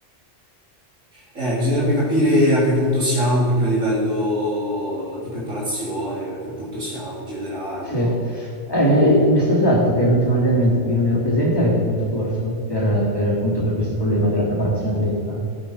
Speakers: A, on the right; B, on the left.
A: Eh, bisognerebbe capire a che punto siamo proprio a livello di preparazione, a che punto siamo in generale,
B: Sì.
A: no?
B: Eh,
A: Eh,
B: mi, mi è stato detto che l'ultimo allenamento che io non ero presente avete molto corso per, per- appunto per questo problema della preparazione atletica.